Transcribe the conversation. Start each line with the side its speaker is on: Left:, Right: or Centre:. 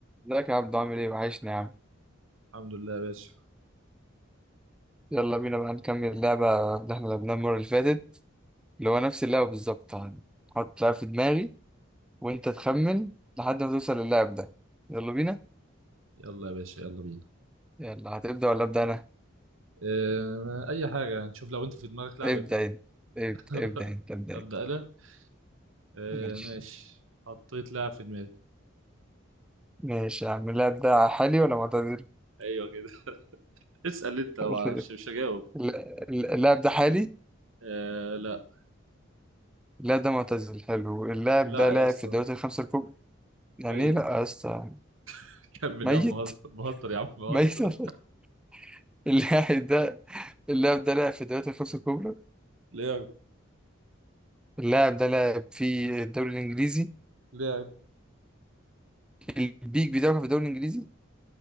Centre: ازيك يا عبدو عامل ايه وحشني يا عم
Right: الحمد لله يا باشا
Centre: يلا بينا بقى نكمل اللعبة اللي احنا لعبناها المرة اللي فاتت اللي هو نفس اللعبة بالظبط هحط لعبة في دماغي وانت تخمن لحد ما توصل للاعب ده يلا بينا
Right: يلا يا باشا يلا بينا
Centre: يلا هتبدأ ولا أبدأ أنا؟
Right: اه اي حاجه نشوف لو انت في دماغك لعبه
Centre: ابدأ انت ابدأ
Right: <laughs>
Centre: ابدأ انت ابدأ
Right: ابدا
Centre: انت
Right: انا اه
Centre: ماشي
Right: ماشي حطيت لعب في دماغي
Centre: ماشي يا عم اللاعب ده حالي ولا معتزل؟
Right: ايوه كده <laughs> اسال انت
Centre: <laughs>
Right: ما- مش مش هجاوب
Centre: الل- اللاعب ده حالي؟
Right: اه لا
Centre: اللاعب ده معتزل حلو اللاعب
Right: لا
Centre: ده لاعب
Right: يا اسطى
Centre: في الدوريات الخمسة الكبرى يعني
Right: ميت
Centre: ايه لا يا اسطى
Right: <laughs> كمل
Centre: ميت؟
Right: يا عم بهزر بهزر يا عم بهزر
Centre: ميت <laughs> اللاعب ده اللاعب ده لعب في الدوريات الخمسة الكبرى
Right: لعب
Centre: اللاعب ده لعب في الدوري الإنجليزي
Right: لعب
Centre: البيك بتاعه كان في الدوري الإنجليزي